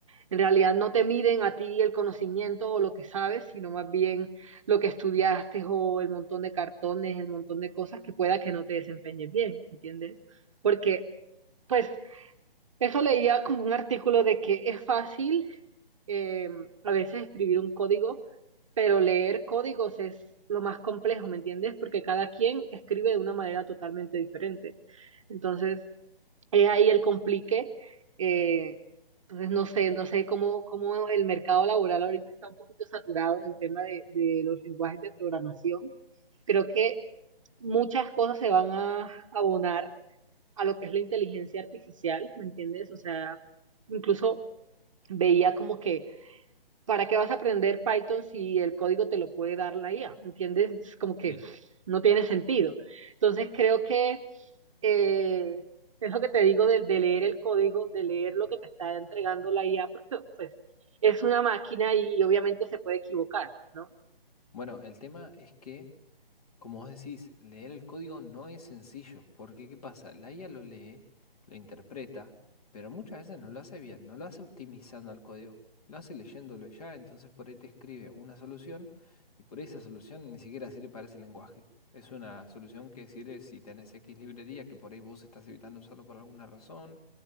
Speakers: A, on the right; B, on the left.
A: en realidad no te miden a ti el conocimiento o lo que sabes, sino más bien lo que estudiaste o el montón de cartones, el montón de cosas que pueda que no te desempeñes bien, ¿me ¿entiendes? Porque pues eso leía como un artículo de que es fácil eh, a veces escribir un código, pero leer códigos es lo más complejo, ¿me entiendes? Porque cada quien escribe de una manera totalmente diferente. Entonces, es ahí el complique. eh, entonces, no sé, no sé cómo, cómo el mercado laboral ahorita está un poquito saturado en el tema de, de los lenguajes de programación. Creo que muchas cosas se van a abonar a lo que es la inteligencia artificial, ¿me entiendes? O sea, incluso veía como que, ¿para qué vas a aprender Python si el código te lo puede dar la IA? ¿Me entiendes? Es como que
B: Sí.
A: no tiene sentido. Entonces creo que eh, es lo que te digo de, de leer el código, de leer lo que te está entregando la IA, porque pues es una máquina y obviamente se puede equivocar, ¿no?
B: Bueno, el tema es que Como vos decís, leer el código no es sencillo, porque ¿qué pasa? La IA lo lee, lo interpreta, pero muchas veces no lo hace bien, no lo hace optimizando al código, lo hace leyéndolo ya, entonces por ahí te escribe una solución y por ahí esa solución ni siquiera sirve para ese lenguaje. Es una solución que sirve si tenés X librería que por ahí vos estás evitando usarlo por alguna razón